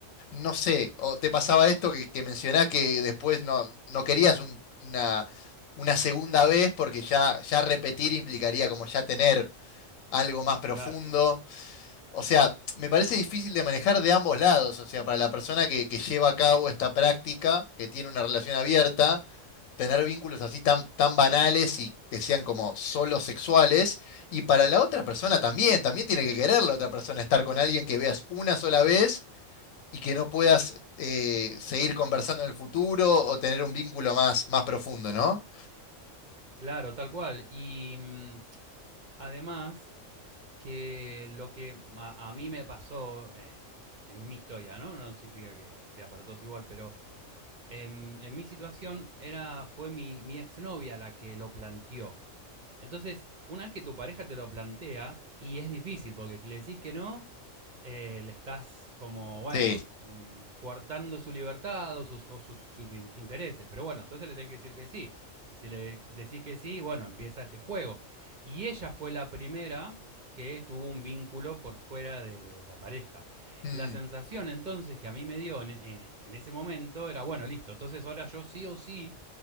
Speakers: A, on the left (about 80°); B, on the right (about 45°).
A: no sé. O te pasaba esto que, que mencionás que después no, no querías un- una, una segunda vez porque ya, ya repetir implicaría como ya tener algo más profundo.
B: claro.
A: O sea, me parece
B: No,
A: difícil de manejar de ambos lados. O sea, para la persona que, que lleva a cabo esta práctica, que tiene una relación abierta, tener vínculos así tan, tan banales y que sean como solo sexuales. Y para la otra persona también, también tiene que querer la otra persona estar con alguien que veas una sola vez y que no puedas eh, seguir conversando en el futuro o tener un vínculo más, más profundo, ¿no?
B: claro, tal cual. Y mm, además que lo que a, a mí me pasó eh, en mi historia, ¿no? No significa que sea para todos igual, pero en, en mi situación era, fue mi, mi exnovia la que lo planteó. Entonces, una vez que tu pareja te lo plantea, y es difícil, porque si le decís que no, eh, le estás como, bueno,
A: Sí.
B: mm, coartando su libertad o, sus, o sus- sus in- intereses. Pero bueno, entonces le tenés que decir que sí. Y si le decís que sí, bueno, empieza este juego. Y ella fue la primera que tuvo un vínculo por fuera de la pareja.
A: Mm.
B: La sensación entonces que a mí me dio en, en- en ese momento era, bueno, listo, entonces ahora yo sí o sí